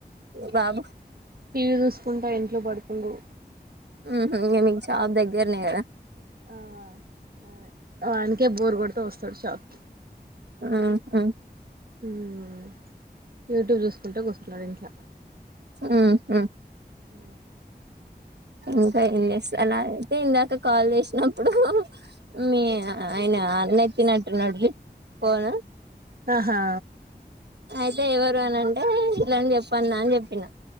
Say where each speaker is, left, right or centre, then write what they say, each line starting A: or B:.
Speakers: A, on the right; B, on the right.
A: బాబు
B: టీవీ చూసుకుంటా ఇంట్లో పడుకుండు
A: ఉహ్ ఇంగా మీక్ షాప్ దగ్గరనే కద
B: ఆ అదే వానికే బోర్ కొడుతే వస్తాడు షాక్కిి
A: ఆహ
B: ఉమ్ యూట్యూబ్ చూసుకుంట కూసున్నాడు ఇంట్ల
A: సహ
B: ఆ
A: ఇంకా ఏంజెస్తున్నారు అయితే ఇందాక కాల్ చేసినప్పుడు మీ ఇనా అలనేత్తినట్టున్నాడు ఫోను
B: ఆహా
A: అయితే ఎవరు అనంటే ఇట్లాని చెప్పన్నా అని చెప్పిన